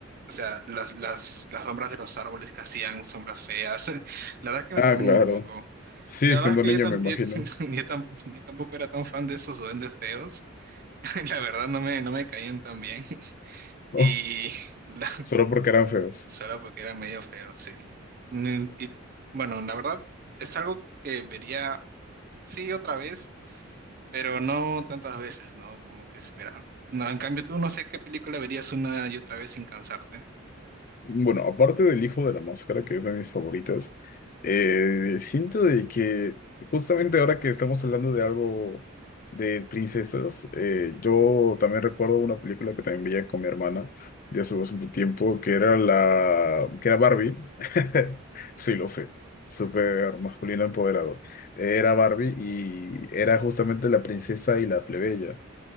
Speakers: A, on the right; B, on the left.
A: o sea, las, las, las sombras de los árboles que hacían sombras feas, <laughs> la verdad es que me
B: Ah,
A: traumó
B: claro.
A: un poco.
B: Sí,
A: Y la verdad
B: siendo
A: es que
B: niño
A: yo, tam-
B: me imagino.
A: yo, <laughs>
B: <laughs>
A: yo tam- yo tampoco era tan fan de esos duendes feos. <laughs> La verdad no me, no me caían tan bien. <laughs>
B: Oh,
A: Y la,
B: solo porque eran feos.
A: solo porque era medio feo, sí. Mm, Y bueno, la verdad es algo que vería, sí, otra vez, pero no tantas veces, ¿no? Como que espera. No, en cambio tú no sé qué película verías una y otra vez sin cansarte.
B: Bueno, aparte del Hijo de la Máscara, que es de mis favoritas, eh, siento de que justamente ahora que estamos hablando de algo de princesas, eh, yo también recuerdo una película que también veía con mi hermana de hace bastante tiempo, que era la, que era Barbie. <laughs> Sí, lo sé, súper masculino empoderado. Era Barbie y era justamente la princesa y la plebeya